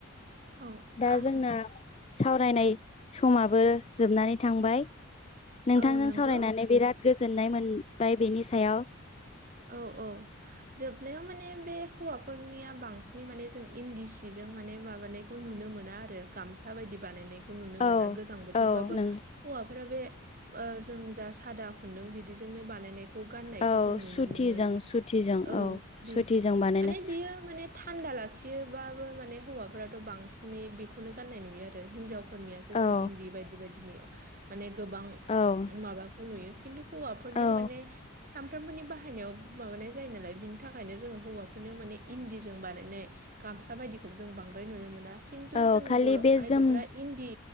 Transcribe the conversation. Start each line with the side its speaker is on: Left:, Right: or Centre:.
Right: औ
Left: दा
Right: आ
Left: जोंना सावरायनाय समाबो जोबनानै थांबाय। नोंथांजों
Right: औ नंगौ
Left: सावरायनानै बिराद गोजोननाय मोनबाय बेनि सायाव।
Right: औ औ। जोबनायाव माने बे हौवाफोरनिया बांसिनै माने जों इन्दि सिजों माने माबानाय खौ नुनो मोना आरो गामसा बायदि बानायनायखौ नुनो
Left: औ
Right: मोना गोजां बोथोरबाबो
Left: औ नों
Right: हौवाफोरा बे जों जा सादा खुन्दुं बिदिजोंनो बानायनायखौ खौ गाननायखौ
Left: औ
Right: जों नुनो
Left: सुथिजों
Right: मोनो
Left: सुथिजों
Right: औ बिसो
Left: सुथिजों बानायनाय
Right: माने बियो माने थान्दा लाखियोबाबो माने हौवाफोराथ' बांसिनै बेखौनो गाननाय नुयो आरो हिनजावफोरनियासो जों
Left: औ
Right: इन्दि बायदि बायदिनि माने गोबां
Left: औ
Right: माबाखौ नुयो खिन्थु हौवाफोरनियाव
Left: औ
Right: माने सानफ्रामबोनि बाहायनायाव माबानाय जायो नालाय बिनि थाखायनो जोङो हौवाफोरनियाव माने इन्दिजों बानायनाय। गामसा बायदिखौबो जों बांद्राय नुनो मोना खिन्थु
Left: औ
Right: जों
Left: खालि
Right: बर'
Left: बे
Right: आइजोफोरा
Left: जोम
Right: इन्दि